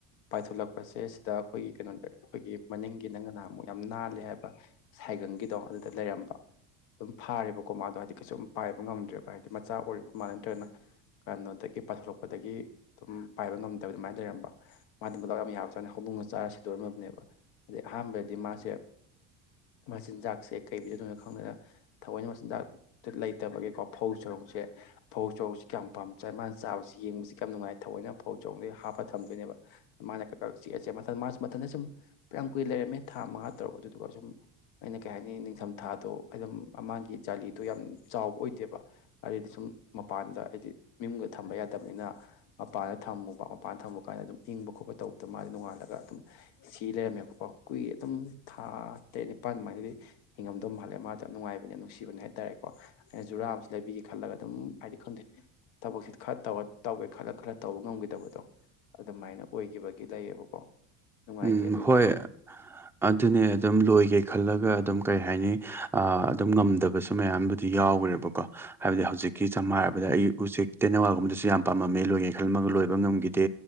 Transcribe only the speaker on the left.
ꯄꯥꯏꯊꯣꯂꯛꯄꯁꯦ ꯁꯤꯗ ꯑꯈꯣꯏ ꯀꯩꯅꯣꯗ ꯈꯣꯏꯒꯤ ꯃꯅꯤꯡꯒꯤ ꯅꯪꯅ ꯅꯍꯥꯟꯃꯨꯛ ꯌꯥꯝ ꯅꯥꯜꯂꯦ ꯍꯥꯏꯕ ꯁꯥꯏꯒꯪꯒꯤꯗꯣ ꯑꯗꯨꯗ ꯂꯩꯔꯝꯕ ꯑꯗꯨꯝ ꯐꯥꯔꯦꯕꯀꯣ ꯃꯥꯗꯣ ꯍꯥꯏꯗꯤ ꯀꯩꯁꯨꯝ ꯄꯥꯏꯕ ꯉꯝꯗ꯭ꯔꯦꯕ ꯍꯥꯏꯗꯤ ꯃꯆꯥ ꯑꯣꯏꯔꯤꯕ ꯃꯥꯜꯂꯦ ꯅꯠꯇ꯭ꯔꯒꯅ ꯀꯩꯅꯣꯗꯒꯤ ꯄꯥꯏꯊꯣꯛꯂꯛꯄꯗꯒꯤ ꯗꯨꯝ ꯄꯥꯏꯕ ꯉꯝꯗ ꯑꯗꯨꯃꯥꯏ ꯂꯩꯔꯝꯕ ꯃꯥꯗꯤ ꯃꯗꯥꯎ ꯌꯥꯝ ꯌꯥꯕ ꯖꯥꯅꯤ ꯍꯧꯗꯣꯡꯅ ꯆꯥꯔ ꯁꯤꯗꯣꯔꯝꯕꯅꯦꯕ ꯑꯗꯩ ꯑꯍꯥꯟꯕꯗꯤ ꯃꯥꯁꯦ ꯃꯆꯤꯟꯖꯥꯛꯁꯦ ꯀꯩ ꯄꯤꯖꯗꯨꯏꯅꯣ ꯈꯪꯗꯅ ꯊꯑꯣꯏꯅ ꯃꯆꯤꯟꯖꯥꯛꯇ ꯂꯩꯇꯕꯒꯤꯀꯣ ꯐꯧ ꯆꯔꯣꯡꯁꯦ ꯐꯧ ꯆꯥꯔꯣꯡꯁꯤ ꯀꯌꯥꯝ ꯄꯥꯝ ꯆꯥꯏ ꯃꯥꯅ ꯆꯥꯕꯁꯤ ꯌꯦꯡꯕꯁꯤ ꯀꯌꯥꯝ ꯅꯨꯡꯉꯥꯏ ꯊꯑꯣꯏꯅ ꯐꯧ ꯆꯥꯔꯣꯡꯖꯦ ꯍꯥꯞꯄ ꯊꯝꯗꯣꯏꯅꯦꯕ ꯃꯥꯅ ꯀꯛꯀꯛ ꯆꯤꯛꯑꯥ ꯆꯤꯛꯑꯥ ꯃꯊꯟ ꯃꯥꯁ ꯃꯊꯟꯗ ꯁꯨꯝ ꯐꯅꯥꯌꯥꯝ ꯀꯨꯏꯅ ꯂꯩꯔꯝꯃꯦ ꯊꯥ ꯃꯉꯥ ꯇꯔꯨꯛ ꯑꯗꯨꯗꯨꯒ ꯖꯨꯝ ꯑꯩꯅ ꯀꯩ ꯍꯥꯏꯅꯤ ꯅꯤꯡꯊꯝꯊꯥꯗꯣ ꯑꯗꯨꯝ ꯃꯥꯒꯤ ꯖꯥꯂꯤꯗꯣ ꯌꯥꯝ ꯆꯥꯎꯕ ꯑꯣꯏꯗꯦꯕ ꯑꯗꯩꯗꯤ ꯁꯨꯝ ꯃꯄꯥꯟꯗ ꯍꯥꯏꯗꯤ ꯌꯨꯝꯒ ꯊꯝꯕ ꯌꯥꯗꯕꯅꯤꯅ ꯃꯄꯥꯟꯗ ꯊꯝꯃꯨꯕ ꯃꯄꯥꯟꯗ ꯊꯝꯃꯨ ꯀꯥꯟꯗ ꯑꯗꯨꯝ ꯏꯪꯕ ꯈꯣꯠꯄ ꯇꯧꯕꯗ ꯃꯥꯖꯦ ꯅꯣꯡꯉꯥꯜꯂꯒ ꯑꯗꯨꯝ ꯁꯤ ꯂꯩꯔꯝꯃꯦꯕꯀꯣ ꯀꯨꯏꯔꯦ ꯑꯗꯨꯝ ꯊꯥ ꯇꯔꯦꯠ ꯅꯤꯄꯥꯜ ꯑꯗꯨꯃꯥꯏꯅꯗꯤ ꯍꯤꯡꯉꯝꯗꯧ ꯃꯥꯜꯂꯦ ꯃꯥꯗꯣ ꯌꯥꯝ ꯅꯨꯡꯉꯥꯏꯕꯅꯦ ꯅꯨꯡꯁꯤꯕꯅꯦ ꯍꯥꯏꯇꯥꯔꯦꯀꯣ ꯑꯩꯅ ꯖꯨꯔꯥ ꯑꯃꯁꯨ ꯂꯩꯕꯤꯒꯦ ꯈꯜꯂꯒ ꯑꯗꯨꯝ ꯍꯥꯏꯗꯤ ꯈꯪꯗꯦ ꯊꯕꯛꯁꯦ ꯈꯔ ꯇꯧꯔ ꯇꯧꯒꯦ ꯈꯜꯂ ꯈꯜꯂ ꯇꯧꯕ ꯉꯝꯈꯤꯗꯕꯗꯣ ꯑꯗꯨꯃꯥꯏꯅ ꯑꯣꯏꯒꯤꯕꯒꯤ ꯂꯩꯌꯦꯕꯀꯣ ꯅꯨꯡꯉꯥꯏꯇꯦ
ꯑꯗꯨꯏꯗꯨꯃ